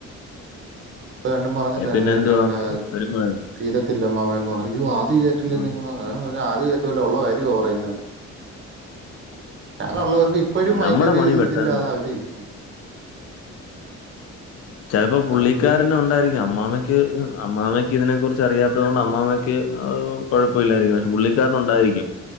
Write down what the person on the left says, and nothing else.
പിന്നെ എന്തുവാ?
വരുമ്പോ
മ്മ്.
നമ്മടെ
പണി പെട്ടെന്ന്
ചെലപ്പോ പുള്ളിക്കാരൻ
ഉണ്ടായിരിക്കാം അമ്മാമ്മയ്ക്ക് അമ്മാമ്മയ്ക്ക് ഇതിനെ കുറിച്ച് അറിയാത്തത് കൊണ്ട് അമ്മാമയ്ക്ക് അത് കൊഴ പ്പം ഇല്ലായിരിക്കും പക്ഷേ പുള്ളിക്കാരന് ഉണ്ടായിരിക്കും